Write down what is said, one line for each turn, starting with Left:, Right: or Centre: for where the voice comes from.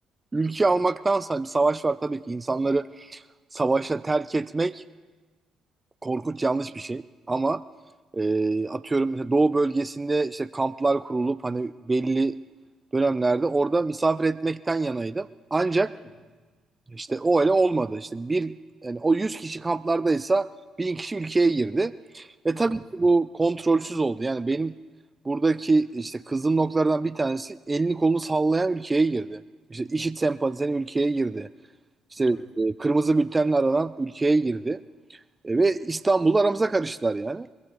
Right: Ülke almaktansa bir savaş var tabii ki. insanları savaşa terk etmek korkunç yanlış bir şey ama e, atıyorum mesela doğu bölgesinde işte kamplar kurulup hani belli dönemlerde orada misafir etmekten yanaydım. Ancak
Left: Hı.
Right: işte o öyle olmadı. İşte bir yani o 100 kişi kamplardaysa 1000 kişi ülkeye girdi. Ve
Left: Doğru.
Right: tabii ki bu kontrolsüz oldu. Yani benim buradaki işte kızdığım noktalardan bir tanesi elini kolunu sallayan ülkeye girdi. İşte IŞİD sempatizanı ülkeye girdi. İşte
Left: Doğru.
Right: e, kırmızı bültenle aranan ülkeye girdi. E, ve İstanbul'da aramıza karıştılar yani.